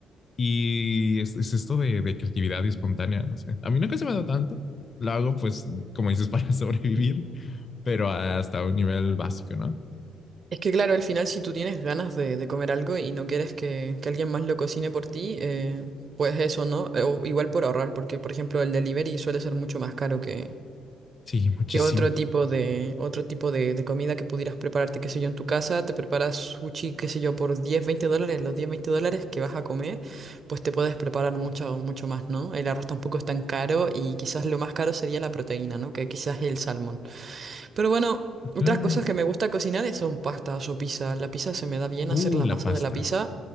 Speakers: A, on the left (about 40°); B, on the right (about 45°).
A: Y es, es esto de, de creatividad y espontánea, no sé. A mí nunca se me da tanto. Lo hago, pues, como dices, <laughs> para sobrevivir pero hasta un nivel básico, ¿no?
B: Es que claro, al final si tú tienes ganas de, de comer algo y no quieres que, que alguien más lo cocine por ti, eh, pues eso, ¿no? Eh, O igual por ahorrar, porque por ejemplo el delivery suele ser mucho más caro que,
A: Sí, muchísimo.
B: que otro tipo de, otro tipo de, de comida que pudieras prepararte, qué sé yo, en tu casa, te preparas sushi, qué sé yo, por 10 20 dólares, los 10 20 dólares que vas a comer, pues te puedes preparar mucho, mucho más, ¿no? El arroz tampoco es tan caro y quizás lo más caro sería la proteína, ¿no? Que quizás el salmón. Pero bueno,
A: Claro.
B: otras cosas que me gusta cocinar es- son pastas o pizza. La pizza se me da bien
A: Uh,
B: hacer la
A: la
B: masa
A: pasta.
B: de la pizza.